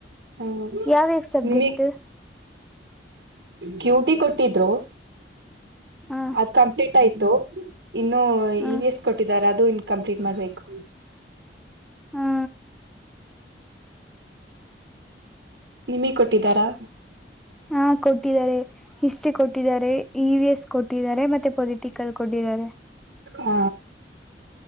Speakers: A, on the right (about 75°); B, in the centre.
A: ಹ್ಮ
B: ಯಾವಯಾವ್ ಸಬ್ಜೆಕ್ಟ್.
A: ನಿಮಗ್ ಕ್ಯೂಟಿ ಕೊಟ್ಟಿದ್ರು.
B: ಹ
A: ಅದು ಕಂಪ್ಲೀಟ್ ಟ ಆಯ್ತು ಇನ್ನು
B: ಹ
A: ಇ ವಿ ಎಸ್ ಕೊಟ್ಟಿದ್ದಾರೆ ಅದು ಇನ್ ಕಂಪ್ಲೀಟ್ ಮಾಡ್ಬೇಕು.
B: ಹ್ಮ
A: ನಿಮೀಗ್ ಕೊಟ್ಟಿದ್ದಾರಾ
B: ಹಾ ಕೊಟ್ಟಿದ್ದಾರೆ ಇಷ್ಟೇ ಕೊಟ್ ಕೊಟ್ಟಿದ್ದಾರೆ ಇ ವಿ ಎಸ್ ಕೊಟ್ಟಿದ್ದಾರೆ ಮತ್ತೆ ಪಲಿ ತಿಕಲ್ ಕೊಟ್ಟಿದ್ದಾರೆ.
A: ಹ